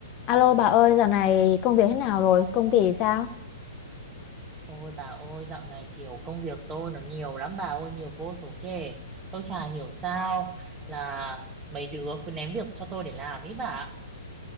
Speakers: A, on the left; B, on the right.
A: Alo bà ơi, dạo này công việc thế nào rồi? Công ty sao?
B: Ôi bà ơi, dạo này kiểu công việc tôi nó nhiều lắm bà ơi, nhiều vô số kể. Tôi chả hiểu sao là mấy đứa cứ ném việc cho tôi để làm ý bà. ạ.